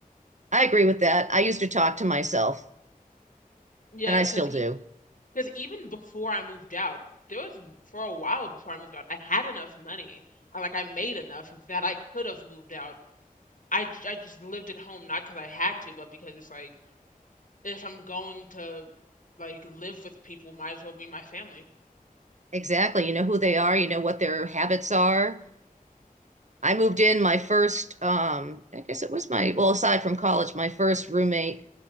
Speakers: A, on the right; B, on the left.
A: I agree with that. I used to talk to myself,
B: Yeah,
A: and I
B: cause,
A: still do.
B: e, cause even before I moved out, there was for a while before I moved out, I had enough money. I like I made enough that I could have moved out. I j- I just lived at home not because I had to, but because it's like If I'm going to, like, live with people, might as well be my family.
A: Exactly. You know who they are, you know what their habits are. I moved in my first, um, I guess it was my, well, aside from college, my first roommate